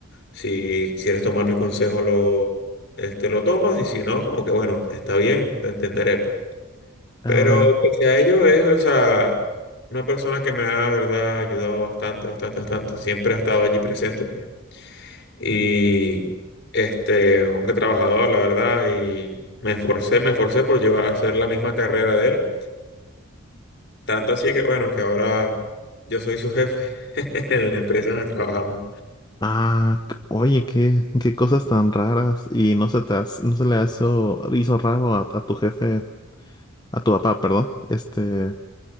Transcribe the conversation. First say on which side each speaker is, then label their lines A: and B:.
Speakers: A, on the left (about 50°); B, on the left (about 20°).
A: Si quieres tomar mi consejo, lo, este, lo tomas y si no, como que, bueno, está bien, te entenderé, pues.
B: Ah.
A: Pero pese a ello, es, o sea, una persona que me ha, la verdad, ayudado bastante, bastante, bastante. Siempre ha estado allí presente, pues y este, un hombre trabajador, la verdad, y me esforcé, me esforcé por llevar a hacer la misma carrera de él. Tanto así que bueno, que ahora yo soy su jefe <laughs> en la empresa donde trabajamos.
B: Ah, c- oye, qué, qué cosas tan raras. Y no se te hace- no se le hizo, hizo raro a, a tu jefe, a tu papá, perdón, este,